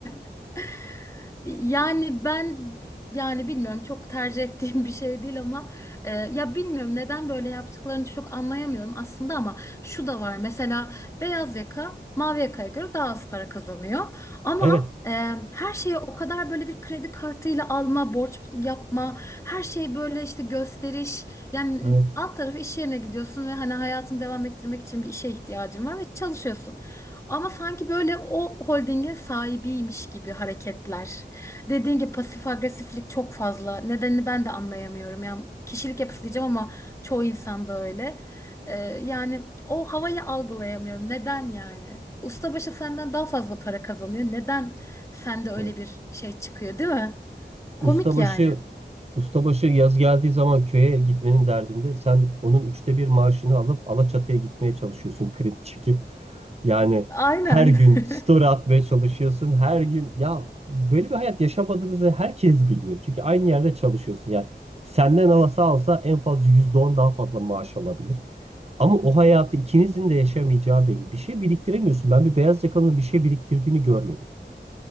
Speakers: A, on the left (about 15°); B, on the right (about 35°).
A: <laughs> Yani ben yani bilmiyorum çok tercih ettiğim <laughs> bir şey değil ama e, ya bilmiyorum neden böyle yaptıklarını çok anlayamıyorum aslında ama şu da var mesela beyaz yaka mavi yakaya göre daha az para kazanıyor ama
B: Evet,
A: e, her şeye o kadar böyle bir kredi kartıyla alma borç yapma her şey böyle işte gösteriş yani
B: evet,
A: alt tarafı iş yerine gidiyorsun ve hani hayatını devam ettirmek için bir işe ihtiyacın var ve çalışıyorsun. Ama sanki böyle o holdinge sahibiymiş gibi hareketler. Dediğim gibi pasif agresiflik çok fazla. Nedenini ben de anlayamıyorum. Yani kişilik yapısı diyeceğim ama çoğu insanda öyle. Ee, yani o havayı algılayamıyorum. Neden yani? Ustabaşı senden daha fazla para kazanıyor. Neden sende öyle
B: evet.
A: bir şey çıkıyor, değil mi? Komik
B: Ustabaşı,
A: yani.
B: ustabaşı yaz geldiği zaman köye gitmenin derdinde sen onun üçte bir maaşını alıp Alaçatı'ya gitmeye çalışıyorsun kredi çekip. Yani
A: Aynen.
B: her gün
A: <laughs>
B: story atmaya çalışıyorsun. Her gün ya böyle bir hayat yaşamadığınızı herkes biliyor. Çünkü aynı yerde çalışıyorsun. Yani senden alsa alsa en fazla %10 daha fazla maaş alabilir. Ama o hayatı ikinizin de yaşamayacağı belli. Bir şey biriktiremiyorsun. Ben bir beyaz yakalının bir şey biriktirdiğini görmedim.